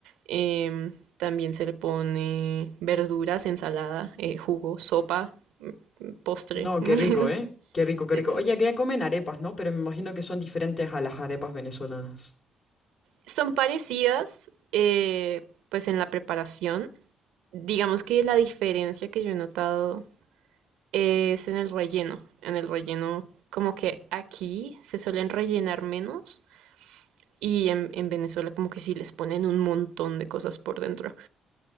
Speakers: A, on the right; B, on the left.
A: em, también se le pone verduras, ensalada, eh, jugo, sopa, mm, mm, postre.
B: no,
A: <laughs>
B: qué rico,
A: Es-
B: ¿eh? Qué rico, qué
A: es-
B: rico. Oye, que ya comen arepas, ¿no? Pero me imagino que son diferentes a las arepas venezolanas.
A: Son parecidas, eh, pues en la preparación. Digamos que la diferencia que yo he notado es en el relleno. En el relleno, como que aquí se suelen rellenar menos Y en, en Venezuela como que sí les ponen un montón de cosas por dentro.